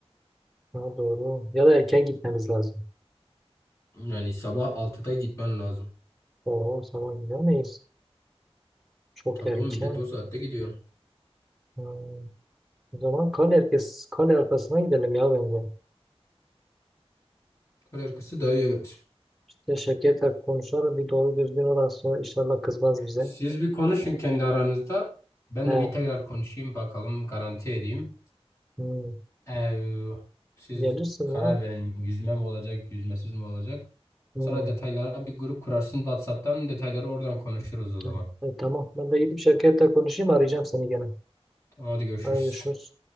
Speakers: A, in the centre; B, on the left.
A: Daha doğru. Ya da erken gitmemiz lazım.
B: Yani sabah altıda gitmen lazım.
A: Oo, sabah gidemeyiz. Çok
B: Tabii
A: erken.
B: o millet o saatte gidiyor.
A: Hmm, O zaman kale arkası, kale arkasına gidelim ya bence.
B: Kale arkası daha iyi evet.
A: İşte Şevket'le konuşalım. Bir doğru düzgün orası inşallah kızmaz bize.
B: Siz bir konuşun kendi aranızda. Ben
A: He.
B: de bir tekrar konuşayım bakalım garanti edeyim.
A: Hmm.
B: Eee, siz
A: Gelirsin
B: karar
A: ya.
B: verin yüzme mi olacak yüzmesiz mi olacak.
A: Hmm.
B: Sonra detaylara bir grup kurarsın WhatsApp'tan detayları oradan konuşuruz o zaman.
A: Hı. E, tamam. Ben de gidip şirkette konuşayım. Arayacağım seni gene.
B: Tamam hadi görüşürüz.
A: Hadi görüşürüz.